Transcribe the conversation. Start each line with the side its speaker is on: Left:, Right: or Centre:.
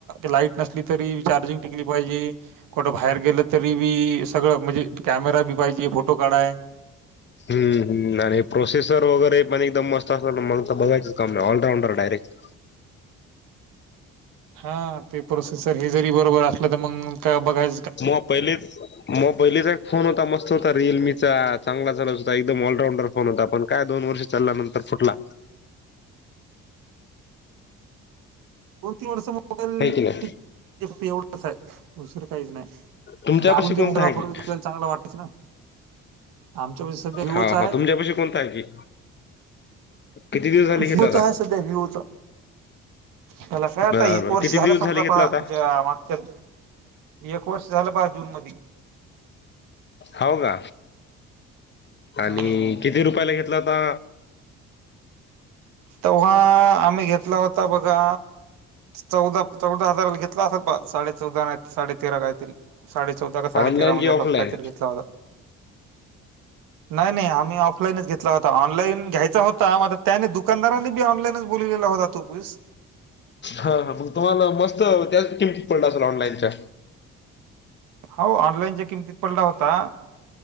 Right: लाईट नसली तरी चार्जिंग टिकली पाहिजे. कुठं बाहेर गेलं तरी बी सगळं म्हणजे कॅमेरा बी पाहिजे फोटो काढाय.
Left: ह् ह् आणि प्रोसेसर वगैरे पण एकदम मत असलं ना मग बघायच काम नाही ऑलराऊंडर डायरेक्ट
Right: हा ते प्रोसेसर हे जरी बरोबर असलं तर मग. का बघाय.
Left: मग पहिलेच. मग पहिलीचा एक फोन होता मस्त होता रिअलमीचा चांगला चात होता एकदम ऑलराऊंडर फोन होता पण काय दोन वर्षात. चालला नंतर फुटला.
Right: दोन तीन वर्ष मोबाईल
Left: आहे की नाही
Right: टिकते एवढंच आहे दुसरं काहीच नाही.
Left: तुमच्यापाशी
Right: े आपण जे
Left: कोणता
Right: मोबाईलला
Left: आहे
Right: वापरतो
Left: की
Right: ते आपल्याला चांगला वाटतेचं ना. आमच्या पाशी सध्या व्हिवोचा
Left: होा होा तुमच्यापशी कोणता आहे की. किती दिवस झाले
Right: व्ह्यूचा
Left: घेतला होता
Right: आहे सध्या व्हूचा. त्याला काय आता
Left: बर
Right: एक
Left: बर
Right: वर्ष
Left: किती
Right: झालं
Left: दिवस
Right: समजा
Left: झाले
Right: आपणणेग
Left: घेतला होता
Right: त्यात एक वर्ष झालं पहा जून मधी.
Left: हो का आणि
Right: हा.
Left: किती रुपयाला घेतला होता.
Right: तेव्हा आम्ही घेतला होता बघा चौदा चौदा हजार घेतला. घेतला असेल बा साडे चौदा नाही साडे तेरा काहीतरी साडे चौदा का साडे
Left: ऑनलाईन
Right: तेरा मध्ये
Left: कि ऑफलाईन
Right: असच काहीतरी घेतला होता. नाही नाही आम्ही ऑफलाईनच घेतला होता ऑनलाईन घ्यायचा होता मझ त्याने दुकान दारांनी बी ऑनलाईनच बोलवलेला होता तोपीस
Left: हा हा मग तुम्हाला मस्त त्याच किमतीत पडला असेल ऑनलाइनच्या
Right: हो ऑनलाईनच्या किमतीत पडला होता.